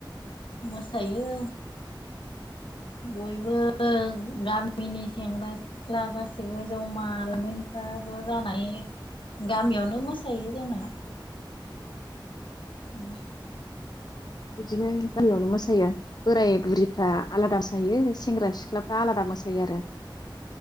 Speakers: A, on the left; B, on the left.
A: मोसायो बयबो गामिनि सेंग्रा सिख्ला गासिबो जमा लायमोनफ्रा ज जानानै गामियावनो मोसायो। जोंना।
B: औ
A: उम।
B: बिदिनो गामियावनो मोसायो बोराय बुरिफ्रा आलादा मोसायो सेंग्रा सिख्लाब दा आलादा मोसायो आरो।